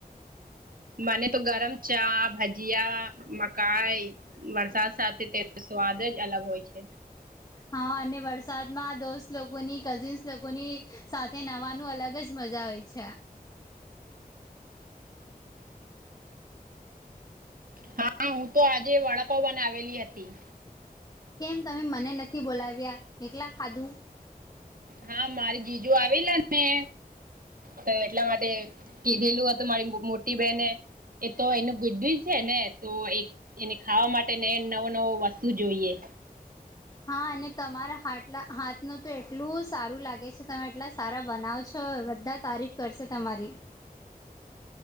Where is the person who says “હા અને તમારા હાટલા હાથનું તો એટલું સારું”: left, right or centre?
Left